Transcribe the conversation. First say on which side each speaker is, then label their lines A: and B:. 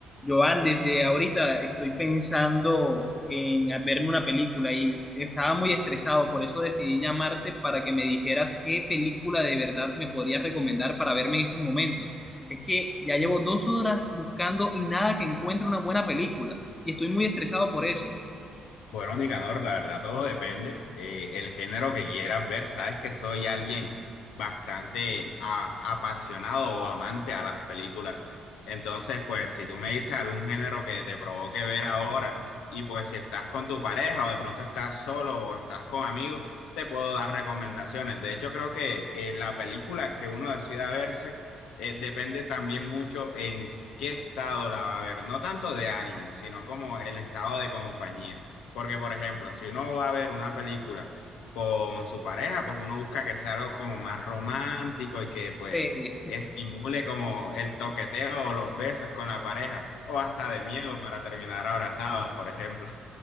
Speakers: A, on the left; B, on the left.
A: Joan, desde ahorita estoy pensando en verme una película y estaba muy estresado, por eso decidí llamarte para que me dijeras qué película de verdad me podrías recomendar para verme en estos momentos. Es que ya llevo dos horas buscando y nada que encuentre una buena película y estoy muy estresado por eso.
B: Bueno, Nicanor, la verdad todo depende. eh, el género que quieras ver, sabes que soy alguien bastante a- apasionado o amante a las películas. Entonces, pues si tú me dices algún género que te provoque ver ahora y pues si estás con tu pareja o de pronto estás solo o estás con amigos, te puedo dar recomendaciones. De hecho, creo que eh, la película que uno decida verse eh, depende también mucho en qué estado la va a ver. No tanto de ánimo, sino como el estado de compañía. Porque, por ejemplo, si uno va a ver una película con su pareja, pues uno busca que sea algo como más romántico y que pues
A: Eh,
B: estimule como el toqueteo o los besos con la pareja, o hasta de miedo para terminar abrazados, por ejemplo.